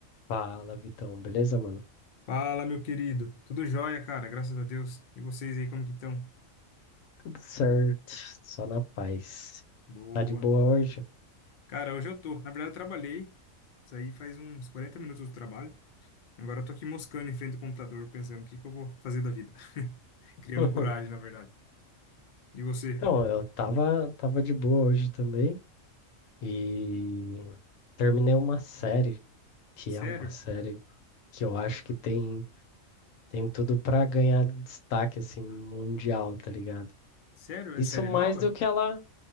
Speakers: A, on the left (about 75°); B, on the left (about 60°).
A: Fala, Vitão. Beleza, mano?
B: Fala, meu querido. Tudo jóia, cara, graças a Deus. E vocês aí, como que estão?
A: Tudo certo, só na paz.
B: Boa.
A: Tá de boa hoje?
B: Cara, hoje eu tô. Na verdade, eu trabalhei. Isso aí faz uns 40 minutos do trabalho. Agora eu tô aqui moscando em frente ao computador, pensando o que que eu vou fazer da vida. <laughs> Criando
A: <laughs>
B: coragem, na verdade. E você?
A: Então, eu tava, tava de boa hoje também e terminei uma série, que
B: Sério?
A: é uma série que eu acho que tem, tem tudo pra ganhar destaque, assim, mundial, tá ligado?
B: Sério? É
A: Isso
B: série
A: mais
B: nova?
A: do que ela,